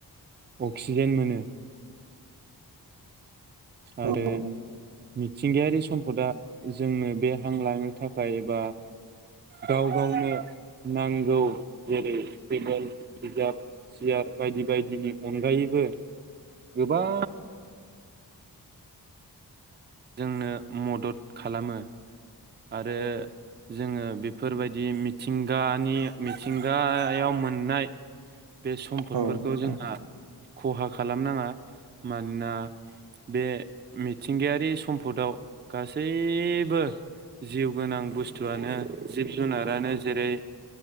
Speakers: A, on the right (about 25°); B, on the right (about 80°).
A: अक्सिजेन मोनो
B: औ
A: आरो
B: नोंथां
A: मिथिंगायारि सम्पदा जोंनो बे हां लानो थाखाय एबा गाव गावनो नांगौ जेरै टेबोल बिजाब सियार बायदि बायदिनि अनगायैबो गोबां जोंनो मदद खालामो आरो जोंङो बेफोरबायदि मिथिंगानि मिथिंगायाव मोननाय बे सम्फदफोरखौ
B: औ नोंथां
A: जोंहा खहा खालामनांङा मानोना बे मिथिंगायारि सम्पदाव गासैबो जिउ गोनां बुस्थुआनो जिब जुनारानो जेरै